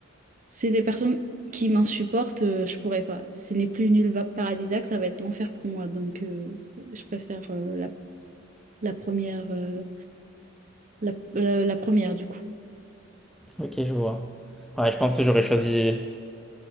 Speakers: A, on the right; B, in the centre.
A: c'est des personnes qui m'insupportent, euh, je pourrais pas. Ce n'est plus une île va- paradisiaque, ça va être l'enfer pour moi. Donc euh, je préfère euh, la, la première euh, la, la- la première du coup.
B: Ok, je vois. Ouais, je pense que j'aurais choisi.